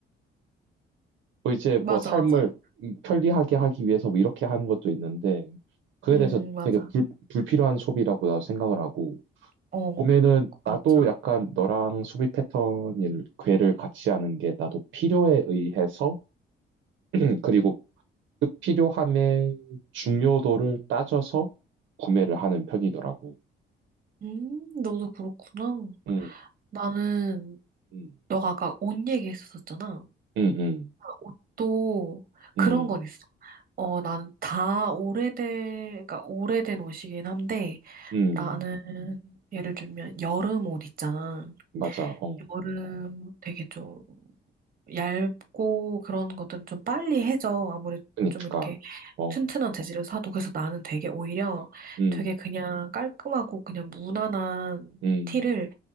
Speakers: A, on the right (about 75°); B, on the right (about 45°).
A: 뭐 이제
B: 맞아,
A: 뭐 삶을
B: 맞아.
A: 편리하게 하기 위해서 뭐 이렇게 하는 것도 있는데, 그에
B: 음,
A: 대해서
B: 맞아.
A: 되게 불, 불필요한 소비라고 나도 생각을 하고,
B: 어,
A: 보면은 나도
B: 맞아.
A: 약간 너랑 소비 패턴을 궤를 같이 하는 게 나도 필요에 의해서 <clears throat> 그리고 그 필요함의 중요도를 따져서 구매를 하는 편이더라고.
B: 음, 너도 그렇구나.
A: 음,
B: 나는,
A: 음,
B: 너가 아까 옷 얘기했었잖아.
A: 음, 음,
B: 옷도 그런
A: 음,
B: 건 있어. 어, 나는 다 오래된, 그러니까 오래된 옷이긴 한데,
A: 음, 음.
B: 나는 예를 들면 여름 옷 있잖아.
A: 맞아. 어,
B: 여름 되게 좀 얇고 그런 것들은 좀 빨리 해져. 아무리
A: 그니까,
B: 좀 이렇게
A: 어,
B: 튼튼한 재질을 사도. 그래서 나는 되게 오히려
A: 네. 음,
B: 되게 그냥 깔끔하고 그냥 무난한
A: 음,
B: 티를